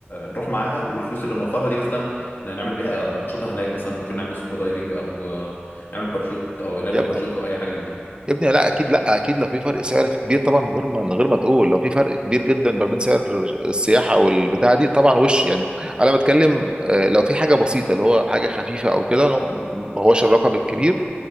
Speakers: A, on the left; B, on the right.
A: نروح معاها والفلوس اللي نوفرها دي مثلا ن- نعمل بيها انشطه هناك مثلا ممكن نعمل سكوبا دايفنج او آه، نعمل باراشوت او نركب
B: يبقى
A: باراشوت او اي حاجه من دي
B: يا ابني لا اكيد لا اكيد لو في فرق سعر كبير طبعا من غير ما من غير ما تقول لو في فرق كبير جدا ما بين سعر السياحه والبتاع دي طبعا وش يعني انا بتكلم آه، لو في حاجه بسيطه اللي هو حاجه خفيفه او كده لو ما هوش الرقم الكبير